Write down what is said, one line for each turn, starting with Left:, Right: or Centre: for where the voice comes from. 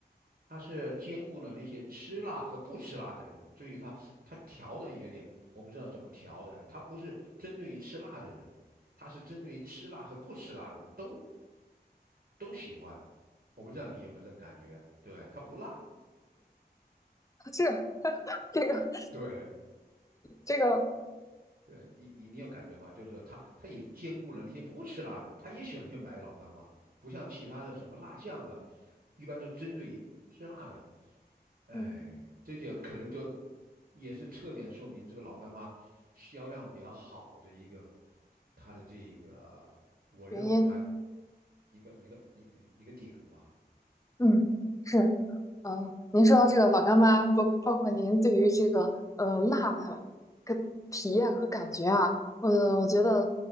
Right: 它是兼顾了那些吃辣和不吃辣的人，所以它它调的也点，我不知道怎么调的，哎它不是针对于吃辣的人，它是针对于吃辣和不吃辣的人都都喜欢。我不知道你有没有这种感觉，对，它不辣，
Left: <laughs> 是这个
Right: <laughs> 对。
Left: 这个，
Right: 对你，你你有感觉吗？就是说他，他也兼顾了那些不吃辣的人，他也喜欢去买老干妈，不像其他的什么辣酱啊，一般都针对吃辣的。哎，
Left: 嗯，
Right: 这就可能就也是侧面说明这个老干妈销量比较好的一个，它的这个，我认为它
Left: 原因。
Right: 一个一个一一个点吧。
Left: 嗯，是，嗯，您说到这个老干妈，包包括您对于这个呃辣的个体验和感觉啊，我我觉得，